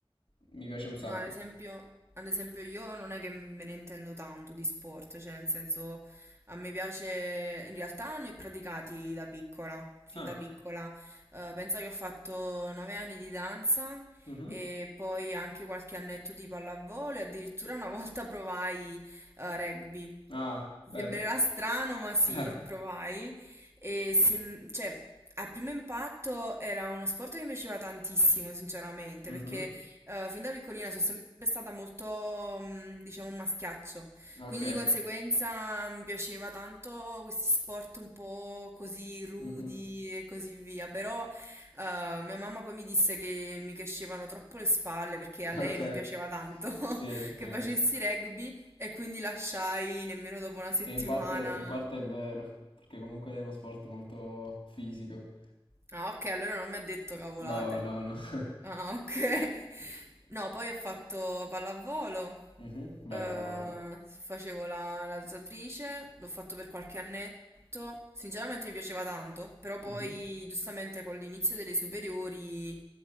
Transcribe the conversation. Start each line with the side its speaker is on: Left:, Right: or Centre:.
Left: mi piace un sacco.
Right: No, ad esempio, ad esempio io non è che me ne intendo tanto di sport, cioè nel senso a me piace, in realtà ne ho praticati da piccola, fin
Left: Ah,
Right: da piccola. Eh, penso che ho fatto nove anni di danza
Left: mhm.
Right: e poi anche qualche annetto di pallavolo e addirittura una <laughs> volta provai eh, rugby.
Left: Ah, bello.
Right: Ti sembrerà strano, ma sì,
Left: Eh,
Right: provai. E sem- cioè, a primo impatto era uno sport che mi piaceva tantissimo, sinceramente,
Left: mhm.
Right: perché eh, fin da piccolina sono sempre stata molto, mm, diciamo, un maschiaccio.
Left: Ok.
Right: Quindi di conseguenza mi piaceva tanto questi sport un po' così rudi
Left: Mhm.
Right: e così via. Però eh, mia mamma poi mi disse che mi crescevano troppo le spalle perché a lei
Left: Ok.
Right: non piaceva tanto
Left: Sì,
Right: <laughs>
Left: eh,
Right: che facessi rugby. E quindi lasciai nemmeno dopo una settimana.
Left: che in parte, in parte è vero, perché comunque è uno sport molto fisico.
Right: Ah, ok, allora non mi ha detto cavolate.
Left: No, no, no.
Right: Ah, <laughs> ok.
Left: <laughs>
Right: No, poi ho fatto pallavolo,
Left: Mh-mh. Bella
Right: eh,
Left: la pallamano.
Right: facevo la, la nuotatrice, l'ho fatto per qualche annetto. Sinceramente mi piaceva tanto, però poi
Left: Mh-mh.
Right: giustamente con l'inizio delle superiori